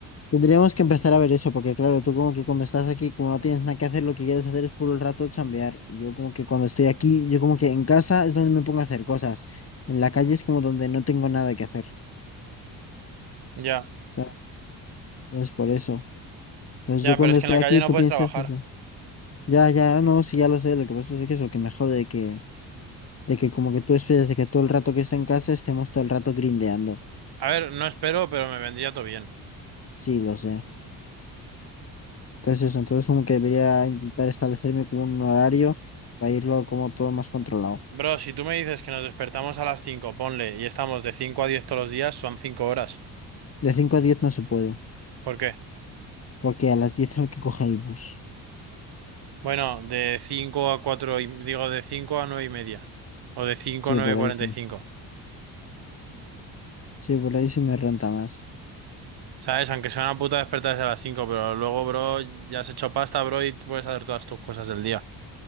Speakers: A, on the left; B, on the right.
A: Tendríamos que empezar a ver eso, porque claro, tú como que cuando estás aquí, como no tienes nada que hacer, lo que quieres hacer es puro el rato chambear. Y yo como que cuando estoy aquí, yo como que en casa es donde me pongo a hacer cosas. En la calle es como donde no tengo nada que hacer.
B: Ya,
A: ¿sabes? Entonces por eso. Entonces
B: ya,
A: yo cuando
B: pero es
A: estoy
B: que en la
A: aquí,
B: calle no
A: tú
B: puedes
A: piensas
B: trabajar.
A: de que... Ya, ya, no, sí, ya lo sé. Lo que pasa es que eso, que me jode que... De que como que tú esperas de que todo el rato que está en casa estemos todo el rato grindeando.
B: A ver, no espero, pero me vendría todo bien.
A: Sí, lo sé. Entonces eso, entonces como que debería intentar establecerme como un horario para irlo como todo más controlado.
B: Bro, si tú me dices que nos despertamos a las 5, ponle, y estamos de 5 a 10 todos los días, son 5 horas.
A: De 5 a diez no se puede,
B: ¿Por qué?
A: porque a las 10 tengo que coger el bus.
B: Bueno, de 5 a 4 y, digo, de 5 a 9 y media. O de 5
A: Sí,
B: a 9
A: por
B: y cuarenta
A: ahí sí.
B: y cinco.
A: Sí, por ahí sí me renta más.
B: ¿Sabes? Aunque sea una puta despertarse a las 5, pero luego, bro, ya has hecho pasta, bro, y puedes hacer todas tus cosas del día.